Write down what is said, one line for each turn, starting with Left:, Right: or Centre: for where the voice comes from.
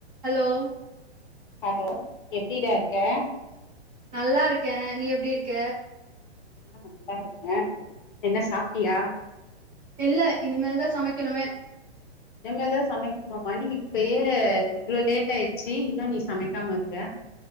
Right: Allow
Left: hello எப்டிடா இருக்க
Right: நல்லாருக்கே நீ எப்டிருக்க
Left: ஆஹ் நல்லா ருக்கே என்ன சாப்ட்டியா
Right: இல்ல இனிமேல்தா சமக்கணுமே
Left: இனிமேதா சமக்கிணுமா மணி இப்பயே இவ்ளோ லேட் ஆயிடுச்சி இன்னு நீ சமக்காமருக்க